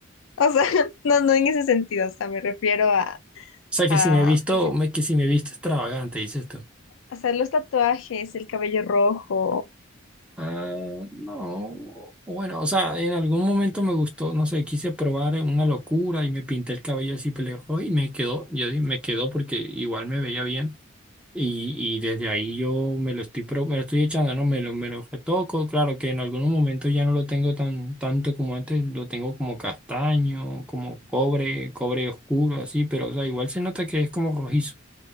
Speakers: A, on the left (about 80°); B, in the centre.
A: O sea, <laughs> no, no en ese sentido, o sea, me refiero a,
B: O sea, que
A: a,
B: si me he visto,
A: por ejemplo,
B: me- que si me he visto extravagante, dices tú.
A: hacer los tatuajes, el cabello rojo.
B: Ah, no. Bueno, o sea, en algún momento me gustó, no sé, quise probar una locura y me pinté el cabello así pelirrojo y me quedó, yo di- me quedó porque igual me veía bien. Y, y desde ahí yo me lo estoy, pro- me lo estoy echando, ¿no? Me lo, me lo retoco. Claro que en algunos momentos ya no lo tengo tan, tanto como antes, lo tengo como castaño, como cobre, cobre oscuro, así, pero o sea, igual se nota que es como rojizo.